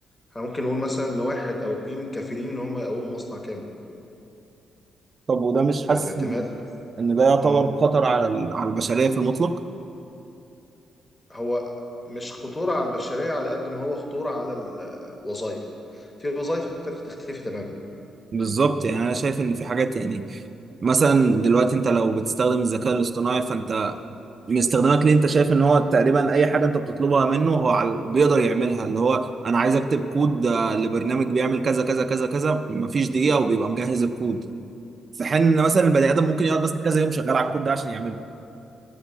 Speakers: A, on the left (about 15°); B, on the right (about 35°).
A: احنا ممكن نقول مثلا ان واحد او اتنين كافيين ان هم يقوموا مصنع كامل
B: طب وده مش
A: والاعتماد
B: حاسس ان ده يعتبر
A: مم.
B: خطر على ال- على البشريه في المطلق
A: هو مش خطوره على البشريه على قد ما هو خطوره على الوظائف في وظائف ابتدت تختفي تماما
B: بالظبط يعني انا شايف ان في حاجات يعني مثلا دلوقتي انت لو بتستخدم الذكاء الاصطناعي فانت من استخدامك ليه انت شايف ان هو تقريبا اي حاجه انت بتطلبها منه هو على- بيقدر يعملها اللي هو انا عايز اكتب كود آه، لبرنامج بيعمل كذا كذا كذا كذا مفيش دقيقه وبيبقى مجهز الكود في حين ان مثلا البني ادم ممكن يقعد مثلا كذا يوم شغال على الكود ده عشان يعمله